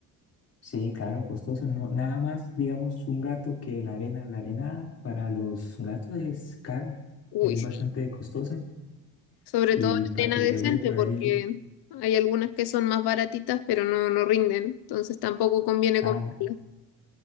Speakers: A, on the left (about 40°); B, on the left (about 75°).
A: sí, claro, costoso. No, nada más, digamos, un gato que la arena. La arena para los gatos es cara,
B: Uy,
A: es
B: sí.
A: bastante costosa.
B: Sobre
A: Y
B: todo
A: para
B: arena
A: que
B: decente,
A: le dure por
B: porque
A: ahí.
B: hay algunas que son más baratitas, pero no, no rinden, entonces tampoco conviene
A: ah
B: comprarlas.
A: no,